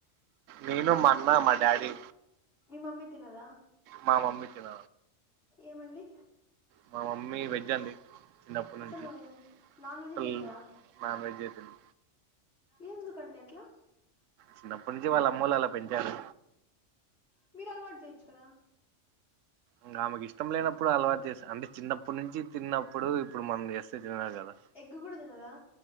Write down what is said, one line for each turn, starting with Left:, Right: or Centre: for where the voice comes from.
Right: నేను మా అన్న మా డాడీ
Left: మీ మమ్మీ తినదా
Right: మా మమ్మీ తిన
Left: ఏమండి
Right: మా మమ్మీ వెజ్ అండి చిన్నప్పటి
Left: అసలు
Right: నుంచి
Left: నాన్ వెజ్
Right: అసలు
Left: తినదా
Right: నాన్వేజ్ తినదు
Left: ఎందుకండి అట్లా
Right: చిన్నప్పటి నుంచి వాళ్ళ అమ్మోళ్లు అలా పెంచారు
Left: మీరు అలవాటు చేయొచ్చు కదా
Right: ఇంకా ఆమెకి ఇష్టం లేనప్పుడు అలవాటూ చేస్తా అంటే చిన్నప్పుడు నుంచి తిన్నప్పుడు ఇప్పుడు మనం చేస్తే తిన్నారు కదా
Left: ఎగ్ కూడా తినదా